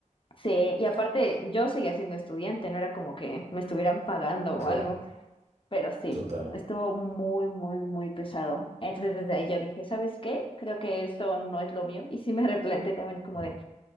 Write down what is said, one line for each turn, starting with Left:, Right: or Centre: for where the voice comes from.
Left: Sí, y aparte yo seguía siendo estudiante, no era como que me estuvieran pagando o
Right: Claro,
Left: algo, pero sí,
Right: total,
Left: estuvo muy, muy, muy pesado. Entonces desde ahí yo dije, ¿sabes qué? Creo que esto no es lo mío. Y sí me <laughs> replanteé también como
Right: Mm,
Left: de...